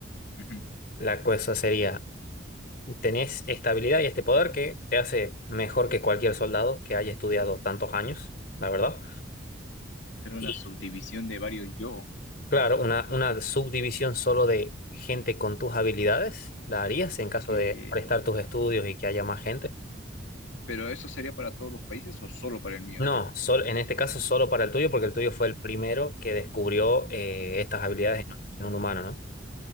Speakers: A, on the left; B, on the left.
A: ujú.
B: La cosa sería... tenés esta habilidad y este poder que te hace mejor que cualquier soldado que haya estudiado tantos años, la verdad.
A: Pero
B: Y
A: una subdivisión de varios yo,
B: claro, una, una subdivisión solo de gente con tus habilidades, ¿la harías
A: es
B: en caso
A: que,
B: de prestar tus estudios y que haya más gente?
A: pero eso sería para todos los países o solo para el mío,
B: No, sol- en este caso solo para el tuyo, porque el tuyo fue el primero que descubrió eh, estas habilidades en, en un humano, ¿no?